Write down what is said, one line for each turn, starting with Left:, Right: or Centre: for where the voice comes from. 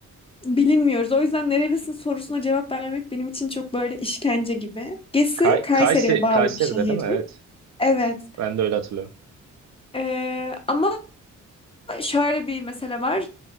Left: Bilinmiyoruz. O yüzden nerelisin sorusuna cevap vermek benim için çok böyle işkence gibi. Gesi
Right: Kay,
Left: Kayseri'ye
Right: Kayse,
Left: bağlı
Right: Kayseri'de
Left: bir şehir.
Right: değil mi? Evet.
Left: Evet.
Right: Ben de öyle hatırlıyorum.
Left: Ee, ama şöyle bir mesele var.